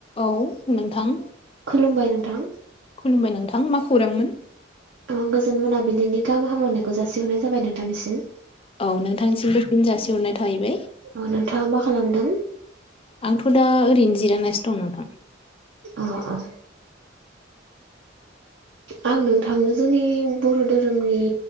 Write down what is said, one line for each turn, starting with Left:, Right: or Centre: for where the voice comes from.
Left: औ नोंथां
Right: खुलुमबाय नोंथां
Left: खुलुमबाय नोंथां मा खौरांमोन?
Right: ओ गोजोन मोनाबिलिनि गाहाम हामलायनायखौ जासिहरनाय जाबाय नोंथांनिसिम
Left: औ नोंथांसिमबो फिन जासिहरनाय थाहैबाय
Right: अ नोंथाङा मा खालामदों?
Left: आंथ' दा ओरैनो जिरायनासो दं नोंथां
Right: अ आ आं नोंथां जोंनि बर' धोरोमनि